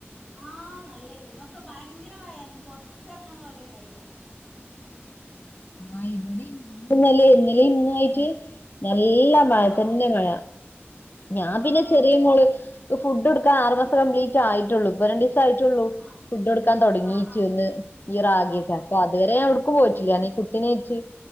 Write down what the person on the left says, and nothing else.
ആഹ് ഇന്നലീം ഇന്നുമായിറ്റ്
നല്ല മഴ
തെന്നെ മഴ ഞാൻ
പിന്നെ ചെറിയ
മോള് ഫുഡ്ഡൊട്ക്ക ആറ് മാസം കംപ്ലീറ്റായിട്ടൊള്ളു ഇപ്പ രണ്ടീസായിട്ടൊള്ളു
ഫുഡ്ഡൊട്ക്കാ തൊടങ്ങീറ്റൊന്ന്
ഈറാഗിക്കാരം
ഇപ്പൊ അതുവരേ എവ്ടുക്കും പോയിറ്റില്ല
ഈ കുട്ടീനേട്ട്